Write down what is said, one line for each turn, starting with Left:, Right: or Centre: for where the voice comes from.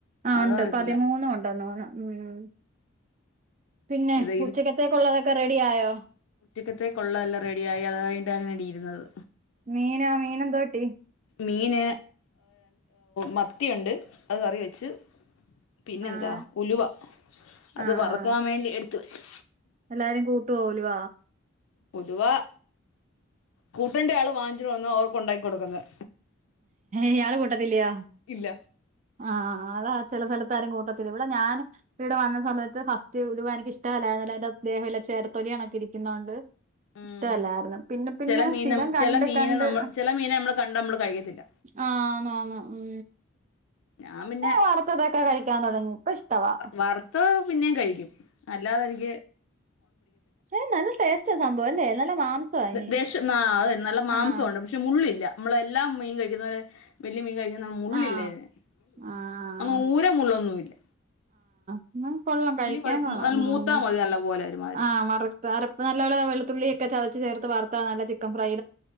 Right: ആ
Left: അതോ
Right: ഉണ്ട്
Left: അറിയത്തില്ല
Right: പതിമൂന്നും ഉണ്ടന്നോണം ഉം പിന്നെ
Left: ഇത്
Right: ഉച്ചക്കത്തേക്കുള്ളതൊക്കെ റെഡി ആയോ
Left: ഉച്ചക്കത്തെ കൊള്ളം എല്ലാം റെഡിയായി അതായി അങ്ങനടി ഇരുന്നത്
Right: മീനാ... മീൻ എന്തൊക്കിട്ടി?
Left: മീൻ മത്തിയുണ്ട് അത് കറി വെച്ച്. പിന്നെന്താ?
Right: ആഹ്
Left: ഉലുവ അത്
Right: ആഹ്
Left: വറക്കാൻ
Right: ആഹ്
Left: വേണ്ടി എടുത്ത വെച്ച്
Right: എല്ലാരും കൂട്ടു ഉലുവ
Left: പൊതുവ കൂട്ടണ്ട ആള് വാങ്ങിച്ചിട്ട വന്നു. അവർക്ക് ഉണ്ടാക്കി കൊടുക്കുന്നത്
Right: ഇയാള് കൂട്ടത്തില്ലയ?
Left: ഇല്ല
Right: ആ.. അത.. ചില സ്ഥലത്താരും കൂട്ടത്തില്ല. ഇവിടെ ഞാനും ഇവിടെ വന്ന സമയത്ത് ഫസ്റ്റ് ഒഴ എനിക്ക് ഇഷ്ടല്ല എന്റെദേഹ ചേരത്തൊലിണൊക്കെ ഇരിക്കുന്നൊണ്ട്
Left: ഉം
Right: ഇഷ്ടമല്ലായിരുന്നു! പിന്നെ, പിന്നെ
Left: ചില മീൻ
Right: സ്ഥിരം കണ്ട്
Left: ചില മീനെ
Right: കണ്ട്..
Left: നമ്മൾ ചില മീനെ നമ്മൾ കണ്ട നമ്മൾ കഴിക്കത്തില്ല
Right: ആ ആന്ന് ആന്ന് ഉം
Left: ഞാൻ പിന്നെ
Right: വറുത്തതൊക്കെ കഴിക്കാൻ തുടങ്ങി ഇപ്പൊ ഇഷ്ടവാ
Left: വറുത്ത് പിന്നെയും കഴിക്കും അല്ലാതെ നിക്ക്
Right: ശെ! നല്ല ടേസ്റ്റ് സംഭവ അല്ലേ! നല്ല മാംസവാ അയിന്
Left: ദേശം ആ... അത... നല്ല മാംസമുണ്ട്.
Right: ആഹ്
Left: പക്ഷെ മുള്ളില്ല. നമ്മളെല്ലാം മീൻ കഴിക്കുന്നവരെ വലിയ മീൻ കഴ മുള്ളില്ല
Right: ആഹ്
Left: ഇതിന്
Right: ആഹ്
Left: ഊര മുള്ളൊന്നുമ ഇല്ല.
Right: ഉം.. കൊള്ളാം കഴിക്കാൻ
Left: കുഴപ്പ
Right: കൊള്ളാം
Left: നല്ല
Right: ഉം..
Left: മൂത്താ മതി നല്ല പോലെ ഒരുമാതിരി
Right: ആ. വറത്തരപ്പ നല്ല വെളുത്തുള്ളി ഒക്കെ ചതച്ചു ചേർത്ത്. വറുത്ത നല്ല ചിക്കൻ ഫ്രൈ